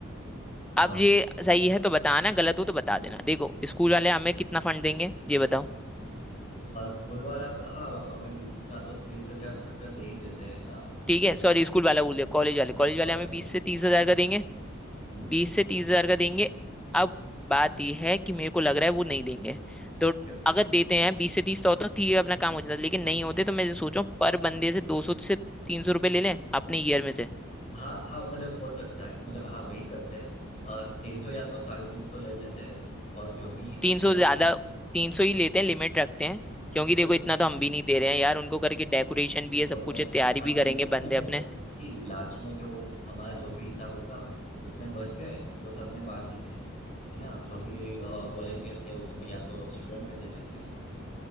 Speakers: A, on the left; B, in the centre.
A: हाँ
B: अब ये सही है तो बताना गलत हो तो बता देना देखो स्कूल वाले हमें कितना फंड देंगे ये बताओ
A: स्कूल वाला हाँ हमें बीस का तो तीस हजार तक दे ही देते हैं ना
B: ठीक है सॉरी स्कूल वाला बोल दिया कॉलेज वाले कॉलेज वाले
A: कॉलेज
B: हमें
A: वाले
B: बीस से तीस
A: हाँ
B: हजार का देंगे
A: हम्म,
B: बीस से तीस हजार का देंगे अब बात यह है कि मेरे को लग रहा है वो नहीं देंगे तो
A: क्यों
B: अगर देते हैं बीस से तीस तो होता ठीक है अपना काम हो जाता लेकिन नहीं होते तो मैं सोचो पर बंदे से दो सौ से तीन सौ रुपये ले लें अपने ईयर में से
A: हाँ हाँ मतलब हो सकता है मतलब हाँ वही करते हैं तीन सौ या तो साढ़े तीन सौ ले लेते हैं और जो भी
B: तीन सौ
A: मतलब
B: ज्यादा तीन सौ ही लेते हैं लिमिट रखते हैं क्योंकि
A: चलो
B: देखो इतना
A: ठीक
B: तो हम
A: है
B: भी नहीं दे रहे हैं यार उनको करके डेकोरेशन भी है
A: वो
B: सब कुछ
A: तो है
B: है तैयारी
A: हाँ तो
B: भी करेंगे
A: ऐसा तो नहीं
B: बंदे
A: मैं बोल
B: अपने
A: रहा था कि लास्ट में जो हमारा जो भी हिसाब होगा उसमें बच गए तो सब में बांट देंगे है ना जो भी वॉलेंटियर थे उसमें या तो स्टूडेंट में दे देते हैं